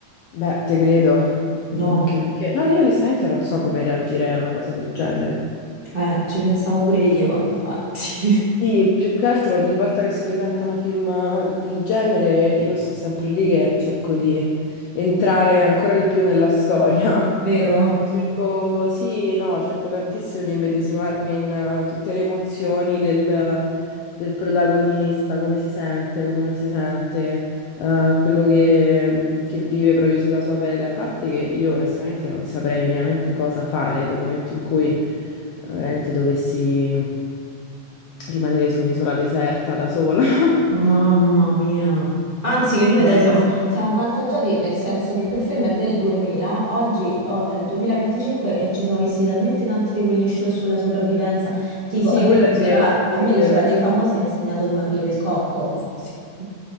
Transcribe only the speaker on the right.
No,
eh, ci pensavo pure io, infatti. <laughs>
Vero?
Mamma mia. Anzi, che
noi
dai siamo, siamo avvantaggiati nel senso che quel film è del 2000, oggi oh, è il 2025 e ci siamo visti talmente tanti di quegli show sulla sopravvivenza. Tipo,
a me
l'isola,
a me
l'Isola
dei famosi ha insegnato come aprire il cocco. <laughs>